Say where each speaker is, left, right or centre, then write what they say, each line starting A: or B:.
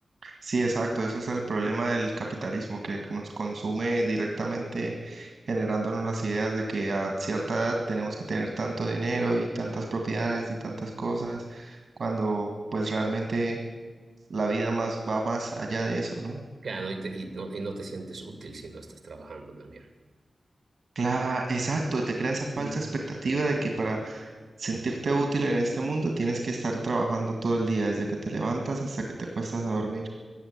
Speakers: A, on the right; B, on the right.
A: sí, exacto. Eso es el problema del capitalismo, que nos consume directamente generándonos las ideas de que a cierta edad tenemos que tener tanto dinero y tantas propiedades y tantas cosas, cuando pues realmente la vida más va más allá de eso, ¿no?
B: Claro, y, te- y no, y no te sientes útil si no estás trabajando también.
A: Claro, exacto. Y Te crea esa falsa
B: Ujú.
A: expectativa de que para Sentirte útil en este mundo, tienes que estar trabajando todo el día, desde que te levantas hasta que te acuestas a dormir.